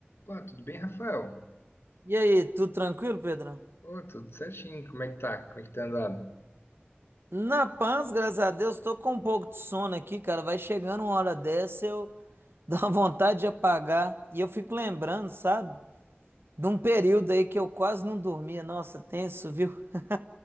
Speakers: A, on the left; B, on the right.
A: Pô, tudo bem, Rafael?
B: E aí, tudo tranquilo, Pedrão?
A: Pô, tudo certinho. Como é que tá? Como é que tá andado?
B: Na paz, graças a Deus, tô com um pouco de sono aqui, cara. Vai chegando uma hora dessa, eu <laughs> dou uma vontade de apagar. E eu fico lembrando, sabe? De um período aí que eu quase não dormia. Nossa, tenso, viu? <laughs>